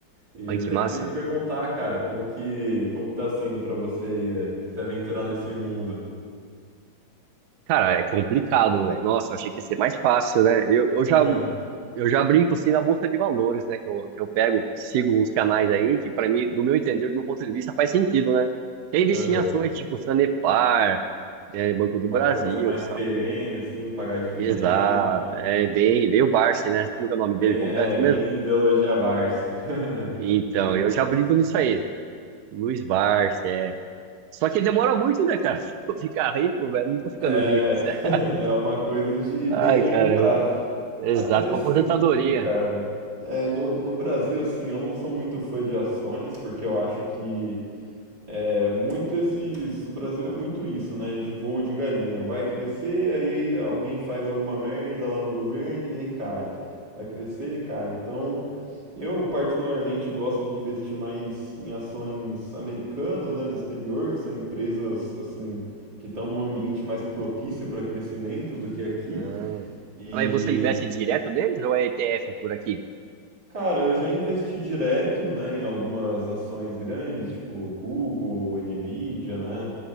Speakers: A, on the right; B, on the right.
A: E
B: Olha
A: até
B: que massa.
A: queria te perguntar, cara, como que, como que tá sendo pra você aí, eh, se aventurar nesse mundo?
B: Cara, é complicado, velho. Nossa, eu achei que ia ser mais fácil, né? Eu,
A: <laughs>
B: eu já, eu já brinco, assim, na bolsa de valores, né? Que eu, que eu pego, sigo uns canais aí, que pra mim, do meu entender, do meu ponto de vista, faz sentido, né? Tem investir
A: Aham.
B: em ações tipo Sanepar, é, Banco do Brasil,
A: Uma coisa mais
B: só...
A: perene, assim, pagar dividendo,
B: Exato.
A: né?
B: É bem, bem o Barsi, né? Como que é o nome
A: Bem,
B: dele completo
A: é,
B: mesmo?
A: bem ideologia Barsi. <laughs>
B: Então,
A: Luiz.
B: eu já brinco nisso
A: grande
B: aí.
A: Luiz.
B: Luiz Barsi, é. Só que demora muito, né, cara? <laughs> Pra eu ficar rico, velho. Não tô ficando
A: É,
B: rico, sério.
A: <laughs> é uma coisa de bem
B: Ai,
A: longo
B: caramba.
A: prazo.
B: Exato,
A: Até nesse
B: pra aposentadoria.
A: sentido, cara, é, no, no Brasil, assim, eu não sou muito fã de ações, porque eu acho que é muito esses. O Brasil é muito isso, né? De voo de galinha. Vai crescer, aí alguém faz alguma merda lá no governo e aí cai. Vai crescer e cai. Então. Eu particularmente gosto de investir mais em ações americanas, né, do exterior, que são empresas assim que estão num ambiente mais propício para crescimento do que aqui.
B: Ah.
A: E,
B: Aí você investe direto neles ou é ETF por aqui?
A: cara, eu já investi direto, né, em algumas ações grandes, tipo Google, Nvidia, né?